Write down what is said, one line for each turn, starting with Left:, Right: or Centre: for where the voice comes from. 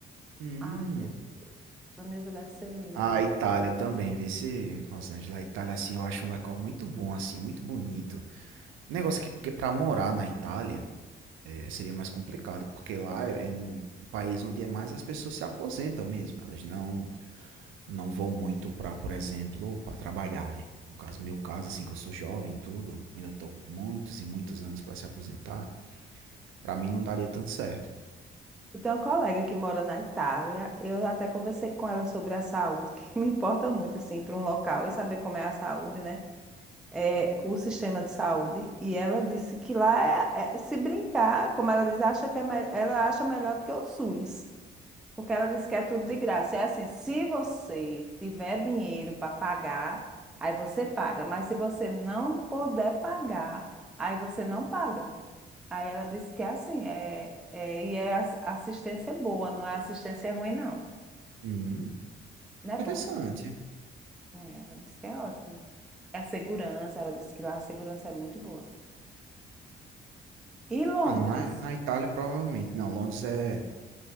Right: Hum.
Centre: Ai, meu Deus, Veneza deve ser lindo.
Right: A Itália eu também, vê se Los Angeles, a Itália assim, eu acho um local muito bom assim, muito bonito. O negócio aqui, porque para morar na Itália eh, seria mais complicado, porque lá é, é um país onde é mais as pessoas se aposentam mesmo, elas não não vão muito para, por exemplo, para trabalhar, né? No caso, meu caso assim, que eu sou jovem, e tudo, ainda tô com muitos e muitos anos para se aposentar, para mim não daria tanto certo.
Centre: Eu tenho uma colega que mora na Itália. Eu até conversei com ela sobre a saúde, <laughs> que me importa muito, assim, para um local e saber como é a saúde, né? É, o sistema de saúde. E ela disse que lá é, é- se brincar, como ela diz, acha que é, me- ela acha melhor do que o SUS. Porque ela disse que é tudo de graça. É assim, se você tiver dinheiro para pagar, aí você paga. Mas se você não puder pagar, aí você não paga. Aí ela disse que é assim, é, é, e é ass- assistência é boa, não é assistência ruim, não.
Right: Hum,
Centre: Não é
Right: interessante.
Centre: bom? É, ela disse que é ótimo. É a segurança, ela disse que lá a segurança é muito boa. E Londres?
Right: Ah, não, na, na Itália provavelmente. Não, Londres é